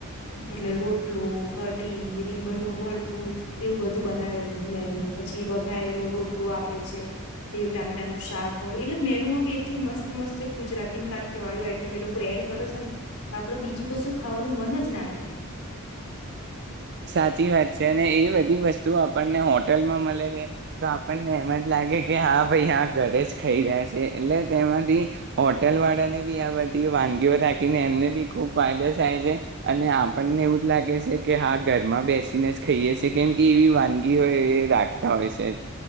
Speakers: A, on the left; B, on the right.
A: એટલે રોટલો કઢી રીંગણનું ભરથું એવું બધું બનાવેલું મેનુ જો પછી ગાયેલો રોટલો આપે છે સેવ ટામેટા નું શાક હોય એટલે મેન્યુ માં બી એટલી મસ્ત મસ્ત ગુજરાતીની કાઠિયાવાડીી આઈટમ એ લોકો એડ કરે છે ને આપડે બીજું કશું ખાવાનું મન જ ના થાય <inaudible>
B: સાચી વાત છે અને એ બધી વસ્તુ આપણને હોટલમાં મળે છે તો આપણને એમ જ લાગે કે હા ભાઈ આ ઘરે જ ખાઈ રહ્યા છે એટલે તેમાંથી હોટલ વાળાને બી આ બધી વાનગીઓ રાાખીને એમને બી ખૂબ ફાયદો થાય છે અને બંને એવું જ લાગે છે કે હ ઘરમાં બેસીને જ ખાઈએશે કેમ કે એવી વાનગી હોય એ રાખતા હોય છે